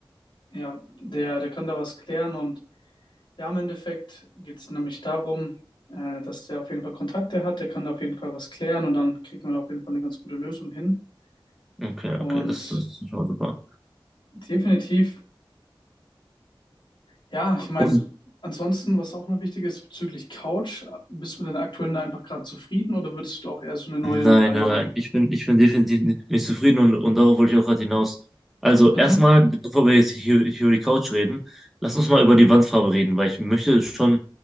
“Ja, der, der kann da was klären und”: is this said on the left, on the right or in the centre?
Left